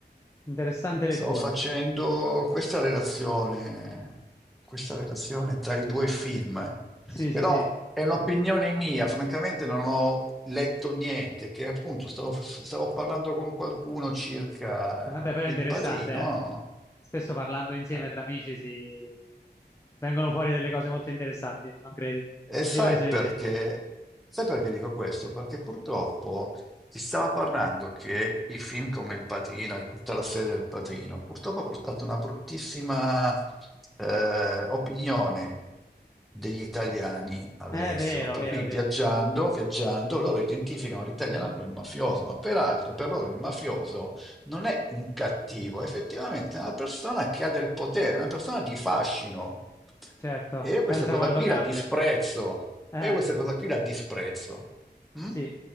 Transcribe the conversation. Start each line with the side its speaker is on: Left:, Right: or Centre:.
Left: Interessante
Centre: Stavo
Left: lettura.
Centre: facendo questa relazione, questa relazione tra i due film,
Left: Sì,
Centre: però
Left: sì, sì.
Centre: è un'opinione mia, francamente non ho letto niente, che appunto stavo, stavo parlando con qualcuno circa
Left: Vabbè, però
Centre: Il
Left: è interessante,
Centre: Padrino,
Left: eh. Spesso parlando insieme
Centre: eh,
Left: tra amici si vengono fuori delle cose molto interessanti, non credi?
Centre: E sai
Left: Io penso di
Centre: perché?
Left: sì.
Centre: Sai perché dico questo? Perché purtroppo si stava parlando che i film come Il Padrino e tutta la serie del Padrino purtroppo ha portato una bruttissima eh, opinione degli italiani all'estero.
Left: È vero,
Centre: Per
Left: vero,
Centre: cui viaggiando,
Left: te.
Centre: viaggiando, loro identificano l'italiano con il mafioso, ma peraltro per loro il mafioso non è un cattivo, effettivamente è effettivamente una persona che ha del potere, una persona di fascino.
Left: Certo.
Centre: E io questa
Left: Pensa
Centre: cosa
Left: quando
Centre: qui
Left: cambia.
Centre: la disprezzo.
Left: Eh,
Centre: E io questa cosa qui la disprezzo. mm?
Left: sì.